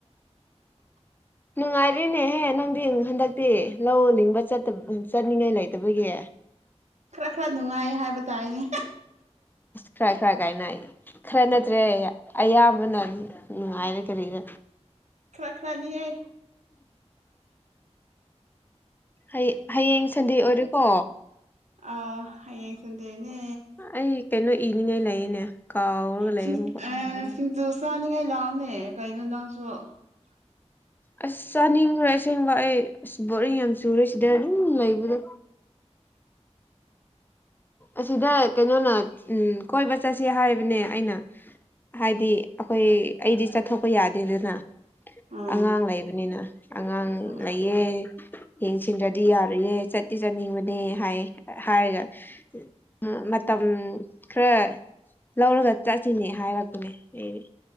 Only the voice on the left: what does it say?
ꯅꯨꯡꯉꯥꯏꯔꯤꯅꯦꯍꯦ ꯅꯪꯗꯤꯡ ꯍꯟꯗꯛꯇꯤ ꯂꯧ ꯂꯤꯡꯕ ꯆꯠꯇꯕ ꯎꯝ ꯆꯠꯅꯤꯡꯉꯥꯏ ꯂꯩꯇꯕꯒꯤ
ꯈꯔꯥꯏ ꯈꯔꯥꯏ ꯀꯥꯏ ꯅ ꯈꯔ ꯅꯠꯇ꯭ꯔꯦ ꯑꯌꯥꯝꯕꯅ ꯅꯨꯡꯉꯥꯏꯔꯦ ꯀꯔꯤꯔ
ꯍꯌꯦ ꯍꯌꯦꯡ ꯁꯟꯗꯦ ꯑꯣꯏꯔꯦꯀꯣ
ꯑꯩ ꯀꯩꯅꯣ ꯏꯅꯤꯡꯉꯥꯏ ꯂꯩꯌꯦꯅꯦ ꯀꯥꯎꯔꯒ ꯂꯩꯔꯦ
ꯑꯃꯨꯛꯀ
ꯑꯁ ꯆꯥꯅꯤꯡꯈ꯭ꯔꯦ ꯑꯁꯦꯡꯕ ꯑꯩ ꯑꯁ ꯕꯣꯔꯤꯡ ꯌꯥꯝ ꯆꯨꯔꯦ ꯁꯤꯗ ꯑꯗꯨꯝ ꯂꯩꯕꯗꯣ
ꯑꯁꯤꯗ ꯀꯩꯅꯣꯅ ꯎꯝ ꯀꯣꯏꯕ ꯆꯠꯁꯤ ꯍꯥꯏꯕꯅꯦ ꯑꯩꯅ ꯍꯥꯏꯗꯤ ꯑꯩꯈꯣꯏ ꯑꯩꯗꯤ ꯆꯠꯊꯣꯛꯄ ꯌꯥꯗꯦꯗꯅ
ꯑꯉꯥꯡ ꯂꯩꯕꯅꯤꯅ ꯑꯉꯥꯡ
ꯂꯩꯌꯦ ꯌꯦꯡꯁꯤꯟꯗ꯭ꯔꯗꯤ ꯌꯥꯔꯨꯏꯌꯦ ꯆꯠ ꯇꯤꯖꯅꯤꯡꯕꯅꯦ ꯍꯥꯏ ꯍꯥꯏꯔꯒ ꯎꯝ ꯃꯇꯝ ꯈꯔ ꯂꯧꯔꯒ ꯆꯠꯁꯤꯅꯦ ꯍꯥꯏꯔꯛꯄꯅꯦ ꯑꯩ